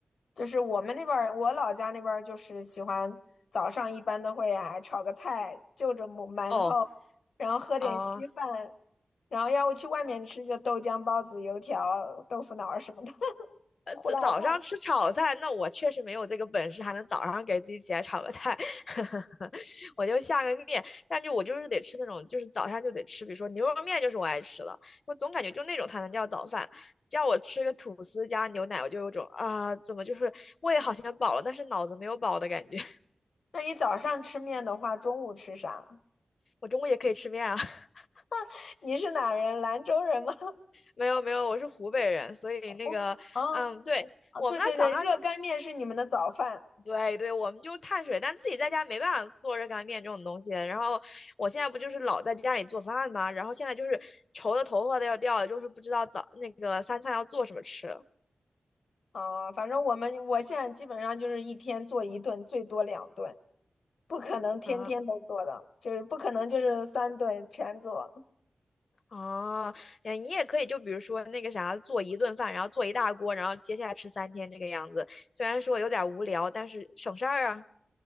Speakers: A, on the left (about 85°); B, on the left (about 70°).
A: 就是我们那边儿，我老家那边儿就是喜欢早上一般都会啊炒个菜，就着馒馒头，
B: <laughs> 哦
A: 然后喝点稀饭，
B: 哦、啊
A: 然后要不去外面吃就豆浆、包子、油条、豆腐脑儿什么的，<laughs>
B: 呃，
A: 胡辣汤。
B: 早早上吃炒菜，那我确实没有这个本事，还能早上给自己起来炒个菜，<laughs> 我就下个面。但是我就是得吃那种，就是早上就得吃，比如说牛肉面就是我爱吃的，我总感觉就那种才能叫早饭。叫我吃个吐司加牛奶，我就有种啊，怎么就是胃好像饱了，但是脑子没有饱的感觉。<laughs>
A: 那你早上吃面的话，中午吃啥？
B: 我中午也可以吃面啊，<laughs>
A: <laughs> 你是哪人？兰州人吗？
B: 没有没有，我是湖北人，所以那个，
A: <laughs> 湖北哦，
B: 嗯，对，
A: 啊，
B: 我们那早上
A: 对对对，热干面是你们的早饭
B: 对对，我们就碳水，但自己在家没办法做热干面这种东西。然后我现在不就是老在家里做饭吗？然后现在就是愁的头发都要掉了，就是不知道早那个三餐要做什么吃啊
A: 啊，反正我们我现在基本上就是一天做一顿，最多两顿，不可能天天都做的，
B: 啊！
A: 就是不可能就是三顿全做。
B: 哦哎，你也可以就比如说那个啥，做一顿饭，然后做一大锅，然后接下来吃三天这个样子。虽然说有点无聊，但是省事儿啊。